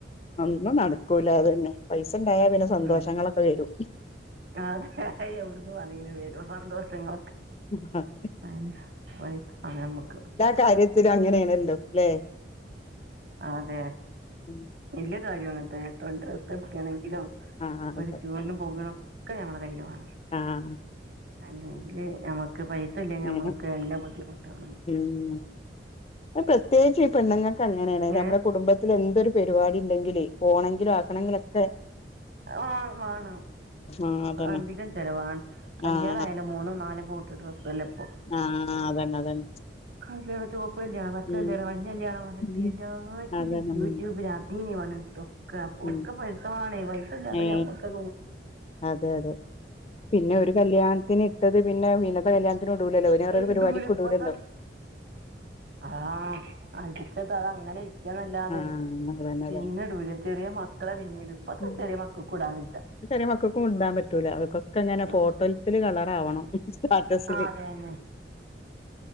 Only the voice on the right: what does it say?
ഉം
അതെ എവിടുന്ന് വേണെങ്കിലും വരും സന്തോഷങ്ങളൊക്കെ
അതിന് പൈസ വാണം നമ്മുക്ക്
അതെ
ഇല്ല കാര്യം അങ്ങനത്തെ രണ്ട് ഡ്രസ്സ് എടുക്കുകയാണെങ്കിലും
ഒരു
ടൂറിനും പോകണ ഒക്കെ നമ്മെ കയ്യിൽ വേണം
അല്ലെങ്കിൽ നമുക്ക് പൈസ ഇല്ലെങ്കിൽ നമ്മുക്ക്
എല്ലാ ബുദ്ധിമുട്ടും
ഏ
ആഹ് വാണ്
അധികം ചെലവാണ് കല്യാണയാലും
മൂന്നും നാല കൂട്ട് ഡ്രസ്സ്ല്ല ഇപ്പോ
ക ചോപ്പ് കല്യാണം പച്ചല്യാണോ
മഞ്ഞല്യാണോ
പറഞ്ഞിട്ട്
എല്ലാത്തിനും
യൂട്യൂബിലാ ഇ വട്ടൊക്കെ അപ്പൊ
ഒക്കെ പെെസമാണേ പൈസ ഇല്ലാത്ത
ഞമ്മക്ക്
ഇടൂലപ്പത്തെ
ആഹ് അടിച്ചത് അത് അങ്ങനെ ഇയിക്കന്നല്ലാതെ
പിന്നെ
ഇടൂല ചെറിയ മ മക്കളെ പിന്നീട് ഇപ്പത്തെ
ചെറിയ മക്കൾക്ക് ഇടാൻ വെജ്ജ
ഉം
ആഹ് അതന്നെ